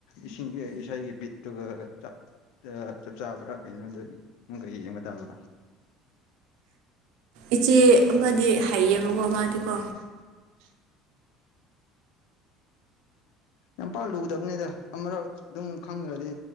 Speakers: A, on the left (about 70°); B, on the right (about 75°).
A: ꯏꯁꯤꯡꯒꯤ ꯏꯁꯩꯒꯤ ꯕꯤꯠꯇꯨꯒ ꯆꯞ ꯆꯥꯕ꯭ꯔꯥ ꯀꯩꯅꯣꯗ ꯅꯨꯡ ꯀꯩ ꯌꯦꯡꯕ ꯇꯥꯕ
B: ꯏꯆꯦ ꯑꯃꯗꯤ ꯍꯩꯌꯦꯕꯀꯣ ꯃꯥꯗꯤꯀꯣ
A: <unintelligible> ꯂꯝꯄꯥꯛ ꯂꯨꯗꯕꯅꯤꯗ ꯑꯃꯔꯛ ꯑꯗꯨꯝ ꯈꯪꯈ꯭ꯔꯗꯤ